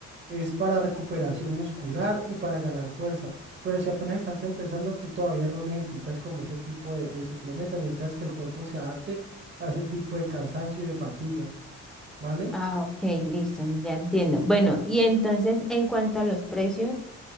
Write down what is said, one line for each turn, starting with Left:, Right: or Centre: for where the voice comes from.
Right: es para recuperación muscular y para ganar fuerza, pero si apenas estás empezando, tú todavía no necesitas como ese tipo de, de suplemento, necesitas que el cuerpo se adapte a ese tipo de cansancio y de fatiga, ¿vale?
Centre: Ah, ok, listo, ya entiendo. Bueno, y entonces, en cuanto a los precios.